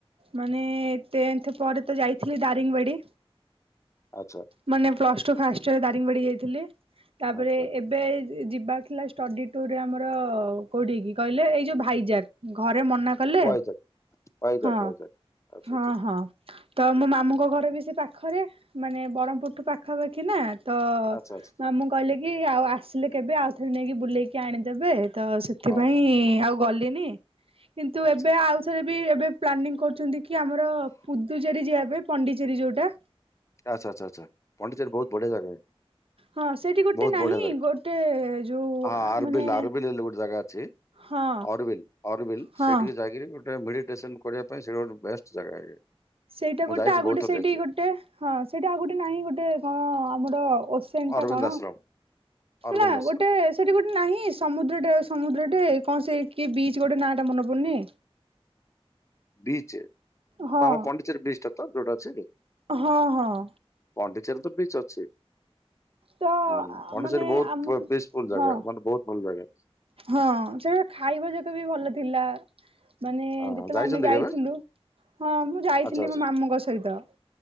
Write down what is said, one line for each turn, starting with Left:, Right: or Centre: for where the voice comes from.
Right: ମାନେ ଟେନଥ ପରେ ତ ଯାଇଥିଲି ଦାରିଙ୍ଗବାଡି।
Left: ଆଚ୍ଛା।
Right: ମାନେ ପ୍ଲସ ଟୁ ଫାଷ୍ଟରେ ଦାରିଙ୍ଗବାଡି ଯାଇଥିଲି, ତାପରେ
Left: ଆଚ୍ଛା
Right: ଏବେ ଯିବାର ଥିଲା ଷ୍ଟଡି ଟୁରରେ ଆମର ଅ କୋଉଠି କି କହିଲେ ଏଇ ଯୋଉ ଭାଇଜାକ ଘର ରେ ମନାକଲେ,
Left: ୱାଇଜାକ୍ ୱାଇଜାକ୍
Right: ହଁ-
Left: ୱାଇଜାକ୍ ଆଚ୍ଛା
Right: ହଁ
Left: ଆଚ୍ଛା
Right: ହଁ ତ ମୋ ମାମୁଁଙ୍କ ଘରେ ବି ସେ ପାଖରେ ମାନେ ବ୍ରହ୍ମପୁରଠୁ ପାଖାପାଖି ନା ତ
Left: ଆଚ୍ଛା ଆଚ୍ଛା
Right: ମାମୁଁ କହିଲେ କି ଆଉ ଆସିଲେ କେବେ ଆଉଥରେ ନେଇକି ବୁଲେଇକି ଆଣିଦେବେ ତ ସେଥିପାଇଁ
Left: ହଁ ହଁ।
Right: ଆଉ ଗଲି ଲିନି କିନ୍ତୁ
Left: ଆଚ୍ଛା
Right: ଏବେ ଆଉ ଥରେ ବି ଏବେ ପ୍ଲାନିଂ କରୁ କି ଆମର ପୁଦୁଚେରୀ ଯିବା ପାଇଁ ପଣ୍ଡିଚେରୀ ଯୋଉଟା
Left: ଆଛା ଆଚ୍ଛା ଆଚ୍ଛା ପଣ୍ଡିଚେରୀ ବହୁତ ବଢ଼ିଆ ଜାଗା
Right: ହଁ ସେଇଠି ଗୋଟେ
Left: ବହୁତ
Right: ନାହିଁ
Left: ବଢିଆ ଜାଗା
Right: ଗୋଟେ ଯୋଉ
Left: ହଁ ଆରବିଲ
Right: ମାନେ
Left: ଆରବିଲ ହେଲେ ଗୋଟେ ଜାଗା ଅଛି
Right: ହଁ
Left: ଅରବିଲ୍ ଅରବିଲ୍
Right: ହଁ
Left: ସେଇଠିକି ଯାଇକିରି ଗୋଟେ ମେଡିଟେସନ କରିବା ପାଇଁ ସେଇଟା ଗୋଟେ ବେଷ୍ଟ ଜାଗା ଇଏ।
Right: ସେଇଟା
Left: ମୁଁ
Right: ଗୋଟେ
Left: ଯାଇଛି
Right: ଆଉ
Left: ବହୁତ
Right: ଗୋଟେ
Left: ଥର
Right: ସେଇଠି
Left: ଯାଇଛି
Right: ଗୋଟେ ହଁ ସେଇଟା ଆଉ ଗୋଟେ ନାହିଁ ଗୋଟେ କଣ ଆମର ଓସେନ
Left: ଅରବିନ୍ଦ
Right: ଟା କଣ
Left: ଆଶ୍ରମ
Right: ନା,
Left: ଅରବିନ୍ଦ
Right: ନା
Left: ଆଶ୍ରମ
Right: ଗୋଟେ ସେଠି ଗୋଟେ ନାହିଁ ସମୁଦ୍ରଟେ ସମୁଦ୍ର ଗୋଟେ କଣ ସେ କିଏ ବିଚ ଗୋଟେ ନା ଟା ମନେ ପଡୁନି।
Left: ବିଚ୍
Right: ହଁ
Left: ଆମ ପଣ୍ଡିଚେରୀ ବିଚ ଟା ତ ଯୋଉଟା ଅଛି।
Right: ହଁ ହଁ।
Left: ପଣ୍ଡିଚେରୀ ତ ବିଚ୍ ଅଛି। ହୁଁ
Right: ତ
Left: ପାଣ୍ଡିଚେରୀ
Right: ମାନେ
Left: ବହୁତ
Right: ଆମ
Left: ପିସଫୁଲ ଜାଗା,
Right: ହଁ
Left: ମାନେ ବହୁତ ଭଲ ଜାଗା।
Right: ହଁ ସେ ଖାଇବା ଯାକ ବି ଭଲ ଥିଲା। ମାନେ ଯେତେବେଳେ
Left: ହଁ ହଁ ଯାଇଛନ୍ତି
Right: ଆମେ ଯାଇଥିଲୁ
Left: କେବେ
Right: ହଁ ମୁଁ ଯାଇଥିଲି
Left: ଆଚ୍ଛା ଆଚ୍ଛା
Right: ମୋ ମାମୁଁ ଙ୍କ ସହିତ।